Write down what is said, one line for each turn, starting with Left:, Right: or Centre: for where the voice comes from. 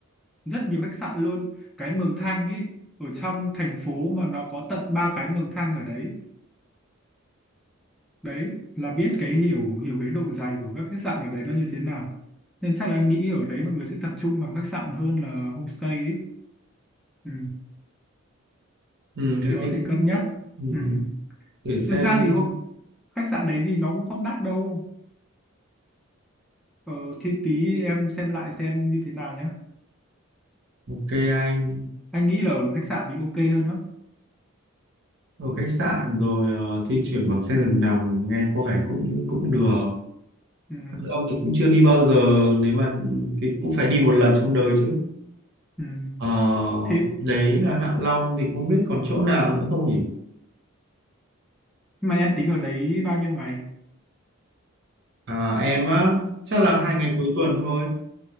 Centre: rất nhiều khách sạn luôn. Cái Mường Thanh ấy, ở trong thành phố mà nó có tận ba cái Mường Thanh ở đấy. Đấy, là biết cái hiểu hiểu cái độ dày của các khách sạn ở đấy nó như thế nào. Nên chắc là anh nghĩ ở đấy mọi người sẽ tập trung vào khách sạn hơn là homestay ấy. Ừ,
Right: ừ, thế
Centre: thì có
Right: thì
Centre: thể
Right: cũng
Centre: cân nhắc.
Right: ừ,
Centre: Ừ.
Right: để xem
Centre: Thực ra thì hộ, khách sạn đấy thì nó cũng không đắt đâu. Ờ, thì tí em xem lại xem như thế nào nhé.
Right: ok anh
Centre: Anh nghĩ là ở khách sạn thì ok hơn đó.
Right: ở khách sạn rồi ờ, di chuyển bằng xe giường nằm nghe có vẻ cũng cũng được
Centre: Ừ,
Right: ông thì cũng chưa đi bao giờ nếu mà thì cũng phải đi một lần trong đời chứ
Centre: ừ.
Right: Ờ,
Centre: Thế
Right: đấy là Hạ Long thì không biết còn chỗ nào nữa không nhỉ?
Centre: mà em tính ở đấy bao nhiêu ngày?
Right: À, em á, chắc là hai
Centre: Ừ,
Right: ngày cuối tuần thôi.